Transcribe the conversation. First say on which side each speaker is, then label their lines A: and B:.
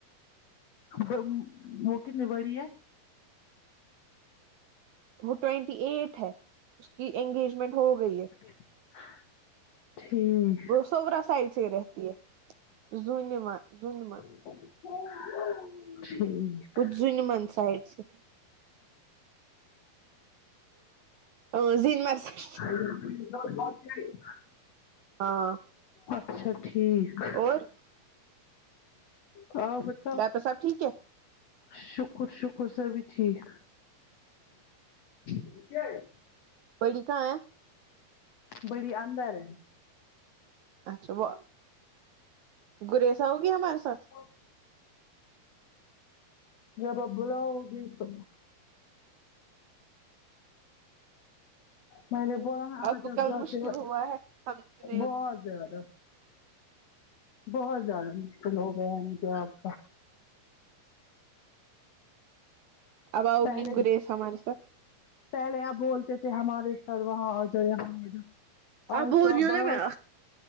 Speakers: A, on the left; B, on the right.
A: غم وہ کتنی بڑی ہے
B: وہ ٹوینٹی ایٹ ہے اس کی انگیجمنٹ ہو گئی ہے
A: ج ٹھیک
B: سوگرا سائڈ سے ہی رہتی ہے زونیما زو نیما
A: <inaudible> ٹھیک
B: کچھ جن من سایڈ سے ا زینمر سائڈ
A: <unintelligible>
B: ہاں
A: اچھا ٹھیک
B: اور
A: ہاں بٹ
B: ڈاکٹر صاحب ٹھیک ہے
A: شکر شکر سبھی ٹھیک یہ کیا ہے
B: بڑی کہا ہے
A: بڑی اندر ہے
B: اچھا وہ بھروسہ ہوا ہمارے ساتھ
A: ہ جب اپ بلاؤگی تو میں نے بولا نا آپ
B: کو
A: جب
B: کل
A: جاتے
B: مشکل
A: ہو
B: ہوا ہے ہم نے
A: بہت زیادہ بہت زیادہ مشکل ہو گیا ہے مجھے آپ کا
B: اب آؤ
A: پہلے
B: گی گریز ہمارے ساتھ
A: پہلے آپ بولتے تھے ہمارے ساتھ وہاں آجاؤ یہاں آجاؤ آج
B: اب بول
A: تو آپ
B: رہی ہوں
A: بہت
B: نا میں